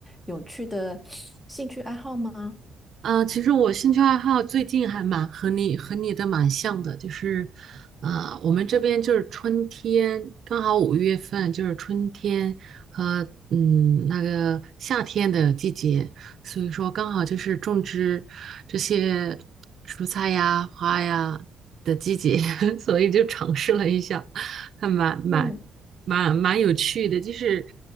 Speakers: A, on the left (about 15°); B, on the right (about 60°).
A: 有趣的兴趣爱好吗？
B: 啊，其实我兴趣爱好最近还蛮和你和你的蛮像的，就是，啊，我们这边就是春天，刚好五月份就是春天和嗯那个夏天的季节，所以说刚好就是种植这些蔬菜呀、花呀的季节，<laughs> 所以就尝试了一下，还蛮蛮
A: 嗯
B: 蛮蛮有趣的，就是